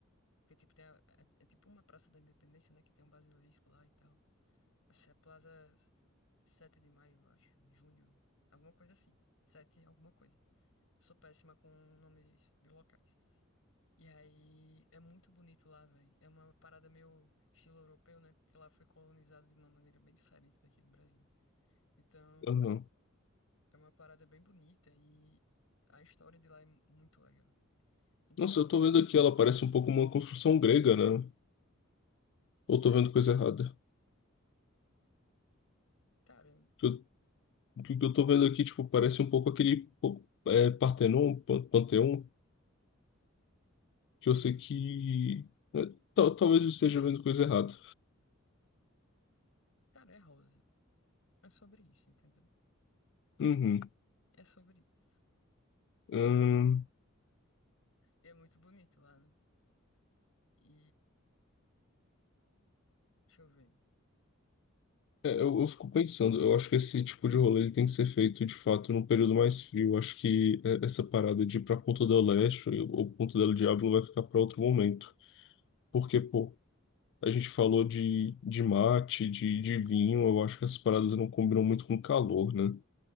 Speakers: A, on the left; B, on the left.
A: Porque, tipo, tem a- é, é tipo uma Praça da Independência, né? Que tem um basilisco lá e tal. Essa é a Plaza 7 de maio, eu acho. Junho. Alguma coisa assim. sete alguma coisa. Sou péssima com nomes de locais. E aí, é muito bonito lá, velho. É uma parada meio estilo europeu, né? Porque lá foi colonizado de uma maneira bem diferente daqui do Brasil. Então.
B: Aham.
A: É uma parada bem bonita e a história de lá é muito legal. Então,
B: Nossa, eu tô vendo aqui, ela parece um pouco uma construção grega, né? Ou eu tô
A: é,
B: vendo coisa errada?
A: cara,
B: O que eu, o que eu tô vendo aqui, tipo, parece um pouco aquele pô, é, Partenon, pan- Panteon, que
A: uhum,
B: eu sei que... é, tal- talvez eu esteja vendo coisa errada.
A: cara, é rosa. É sobre isso, entendeu?
B: Uhum.
A: É sobre isso.
B: Ahn,
A: E é muito bonito lá, né? E deixa eu ver.
B: É, eu, eu fico pensando, eu acho que esse tipo de rolê tem que ser feito de fato num período mais frio. Eu acho que é, essa parada de ir pra Ponta del Este ou Ponta del Diablo vai ficar para outro momento. Porque, pô, a gente falou de, de mate, de, de vinho, eu acho que essas paradas não combinam muito com calor, né?